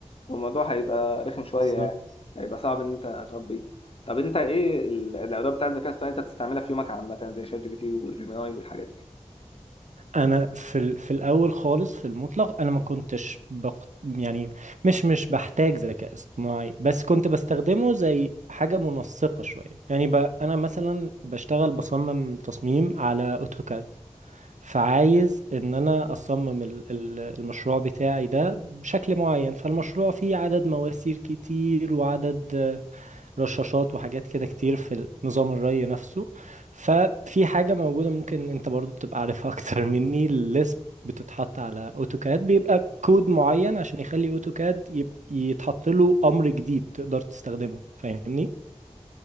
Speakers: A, on the left; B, on the right.
A: والموضوع هيبقى رخم شويه
B: بالظبط
A: يعني هيبقى صعب ان انت تربيه طب انت ايه ال- الادوات بتاعت الذكاء الاصطناعي انت بتستعملها في يومك عامه زي شات جي بي تي وجيميناي والحاجات دي
B: انا في ال... في الاول خالص في المطلق انا ما كنتش بق... يعني مش مش بحتاج ذكاء اصطناعي بس كنت بستخدمه زي حاجة منسقة شوية يعني ب... انا مثلا بشتغل بصمم تصميم على اوتوكاد فعايز ان انا اصمم ال- ال- المشروع بتاعي ده بشكل معين فالمشروع فيه عدد مواسير كتير وعدد آه، رشاشات وحاجات كده كتير في نظام الري نفسه ففي حاجة موجودة ممكن انت برضو تبقى عارفها <laughs> اكتر مني الليسب بتتحط على اوتوكاد بيبقى كود معين عشان يخلي اوتوكاد يب- يتحط له امر جديد تقدر تستخدمه فاهمني